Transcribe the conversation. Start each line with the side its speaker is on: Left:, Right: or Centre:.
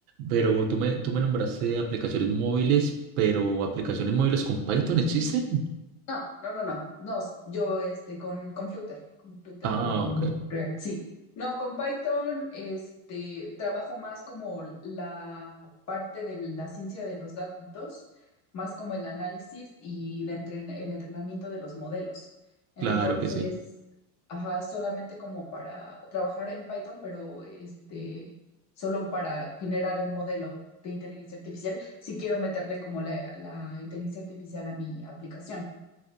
Right: Pero tú me, tú me nombraste aplicaciones móviles, pero aplicaciones móviles con Python existen?
Left: No, no, no, no, no, s- yo este con, con Flutter, con Flutter
Right: Ah,
Left: o con
Right: ok.
Left: React, sí. No, con Python este trabajo más como la parte de la ciencia de los datos, más como el análisis y la entren- el entrenamiento de los modelos. Entonces,
Right: Claro que sí.
Left: ajá, solamente como para trabajar en Python, pero este solo para generar el modelo de inteligencia artificial, si quiero meterle como la la inteligencia artificial a mi aplicación.